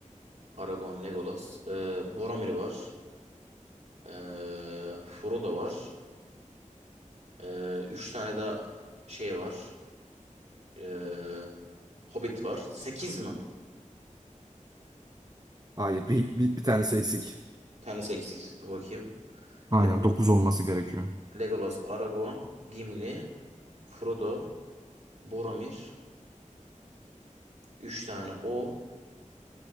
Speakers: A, on the right; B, on the right.
A: Aragorn, Legolas. Ee, Boromir var. Ee, Frodo var. Ee, üç tane daha şey var. Ee, Hobbit var. Sekiz mi?
B: Hayır bir, bir, bir tanesi eksik.
A: tanesi eksik. Dur bakayım.
B: Aynen
A: Le-
B: 9 olması gerekiyor.
A: Legolas, Aragorn, Gimli, Frodo, Boromir. Üç tane o.